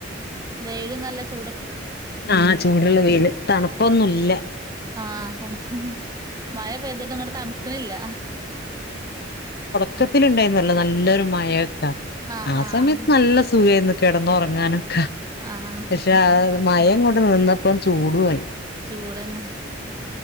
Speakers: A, on the right; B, on the left.
A: വെയില് നല്ല ചൂ
B: ആഹ ചൂടുള്ള വെയില് ല തണുപ്പൊന്നുംല്ല
A: ആഹ തണുപ്പ് മഴ പെയ്തിട്ടും ഇങ്ങട്ട് തണുക്ക്ണില്ല
B: ക്കത്തിലുണ്ടായിരുന്നല്ലോ ഉണ്ടായി നല്ലൊരു മഴൊക്കെ
A: ആഹ്
B: ആ
A: ആഹ്
B: സമയത്ത് നല്ല സുഖംന്ന് കിടന്നുറങ്ങാനൊക്കെ
A: ആഹ്
B: പക്ഷെ മയങ്ങോട്ട് നിന്നപ്പം ചൂടു ആയി
A: ചൂടന്നെ